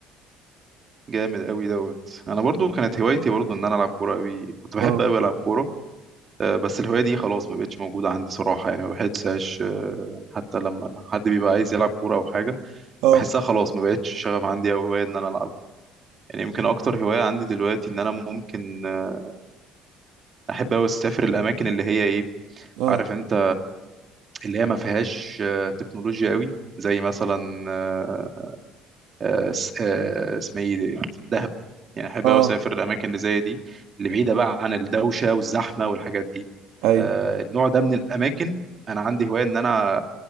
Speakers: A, on the right (about 25°); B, on the right (about 75°).
A: جامد قوي دوت أنا برضو كانت هوايتي برضو إن أنا ألعب كورة قوي كنت بحب
B: اه
A: قوي ألعب كورة آه، بس الهواية دي خلاص ما بقتش موجودة عندي صراحة يعني ما بحسهاش آه، يعني حتى لما أنا- حد بيبقى عايز يلعب كورة أو حاجة
B: اه
A: بحسها خلاص ما بقتش شغف عندي أو هواية إن أنا ألعب يعني يمكن أكتر هواية عندي دلوقتي إن أنا ممكن آه، أحب أوي أسافر الأماكن اللي هي إيه
B: اه
A: عارف انت اللي هي ما فيهاش آه، تكنولوجيا قوي زي مثلا آه، آه، س- آه، اسمها ايه دي؟ دهب يعني احب
B: اه
A: قوي اسافر الاماكن اللي زي دي اللي بعيده بقى عن الدوشه والزحمه والحاجات دي
B: ايوه
A: آه، النوع ده من الاماكن انا عندي هوايه ان انا